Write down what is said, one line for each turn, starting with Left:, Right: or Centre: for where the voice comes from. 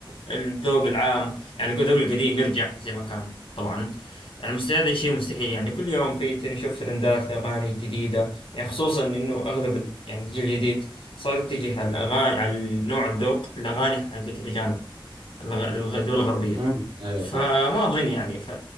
Left: الذوق العام يعني الذوق القديم يرجع زي ما كان طبعا يعني مستحيل هذا شيء مستحيل يعني كل يوم في نشوف ترندات لاغاني جديده يعني خصوصا انه اغلب ال- يعني الجيل الجديد صار يتجه على الاغاني على نوع الذوق الاغاني حقت الاجانب الغ- الغ- الدول الغربيه
Right: امم أيوة
Left: فما
Right: فاهم
Left: أظن يعني ف